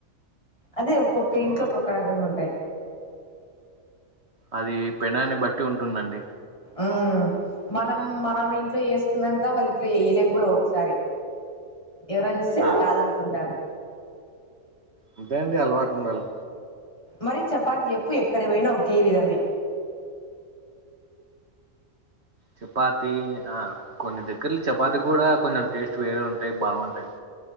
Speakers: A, on the left; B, on the right.
A: అదే ఒక్కొ
B: ఆ
A: ఇంట్లో ఒక్కొక్క రకంగా ఉంటాయ్
B: అది పెనాన్ని బట్టి ఉంటుందండి
A: ఆ మనం మనం ఇంట్లో వేసుకున్నంత వాళ్ళ ఇంట్లో ఎయ్లేము కూడా ఒకసారి ఎవరైనా ఇస్తే
B: ఆ
A: రాదనుకుంటారు
B: అంతే అండి అలవాటు ఉండాలి
A: మరి చపాత్ చెప్పు ఎక్కడ పోయినా ఒకే విధమే
B: చపాతి ఆ కొన్ని దగ్గర్లు చపాతి కూడా కొంచెం టేస్ట్ వేరే ఉంటాయ్ బాగుంటాయ్